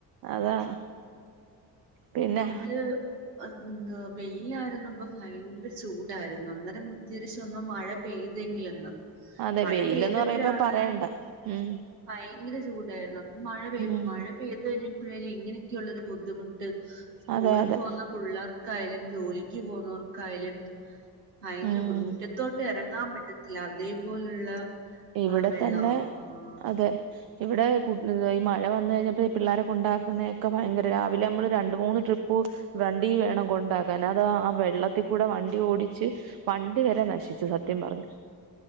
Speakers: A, on the right; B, on the right.
A: അതാ പിന്നെ
B: നമ്മള് എന്ത വെയിലായിരുന്നപ്പ ഭയങ്കര ചൂടായിര്ന്നു അന്നേരം വിചാരിച്ചൊന്ന് മഴ പെയ്തെങ്കിലെന്ന്
A: അതെ
B: മഴ
A: വെയിലെന്ന്
B: പെയ്തപ്പഴാണ്
A: പറയുമ്പ പറയണ്ട ഉം
B: ഭയങ്കര ചൂടായിരുന്നു അപ്പൊ മഴ പെയ്തു
A: ഉം
B: മഴ പെയ്ത് കഴിഞ്ഞപ്പഴേക്കും ഇങ്ങനെയക്കെയുള്ളൊരു ബുദ്ധിമുട്ട് സ്കൂളി
A: അതെ അതെ
B: പോന്ന പുള്ളാർക്കായാലും ജോലിക്ക് പോന്നവർക്കായാലും ഭയങ്കര
A: ഉം
B: ബുദ്ധിമുട്ട് ത്തോട്ട് എറങ്ങാൻ പറ്റത്തില്ല അതേപോലുള്ള
A: ഇവടെ
B: ആഹ് വെള്ളോ
A: തന്നെ
B: ആഹ്
A: അതെ ഇവടെ കു ഈ മഴ വന്ന കഴിഞ്ഞപ്പോ ഈ പിള്ളാരെ കൊണ്ടാക്കുന്നതിനൊക്കെ ഭയങ്കര രാവിലെ നമ്മള് രണ്ട് മൂന്ന് ട്രിപ്പ് വണ്ടി വേണം കൊണ്ടാക്കാൻ അതാ വെള്ളത്തി കൂടെ വണ്ടി ഓടിച്ച് വണ്ടി വെരെ നശിച്ചു സത്യം പർഞ്ഞ